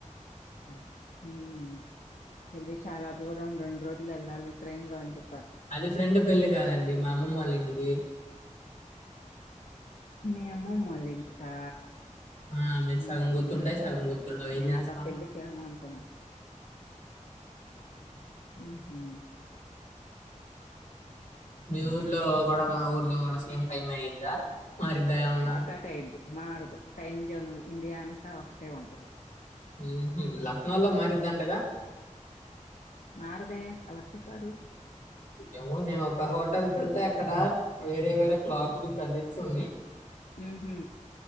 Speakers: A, on the left; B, on the left.
A: అది మ్మ్ హు ఇది చాలా దూరం రెండు రోజులు వెళ్ళాలి ట్రైన్ లో అని చె
B: అది ఫ్రెండ్ పెళ్ళి కాదండి మా అమ్మమ్మోళ్ళ ఇంటికి
A: మి అమ్మమ్మో లింటికా
B: ఆ, మీకు
A: హ్మ్
B: సగం
A: హు
B: గుర్తుంటాయి సగం గుర్తుండవు
A: నేనింకా
B: ఏం చేస్తాం
A: పెళ్ళికేమో అనుకున్న మ్మ్ హు
B: మీ ఊర్లో కుడా మా ఊర్లో కుడా సేమ్ టైమ్ అయిందా మరిద్దా ఏమన్నా
A: ఒకటే ఇది మారదు టైమ్ జోన్ ఇండియా అంతా ఒకటే ఉంటది.
B: మ్మ్ హు లక్నో లో మారిద్దంటగా
A: మారదే ఎవరు చెప్పారు
B: ఏమో నేను ఒక హోటల్‌కెళ్తే అక్కడ వేరే వేరే క్లాకులు కదిలించ్ ఉన్నయి
A: హ్మ్ హు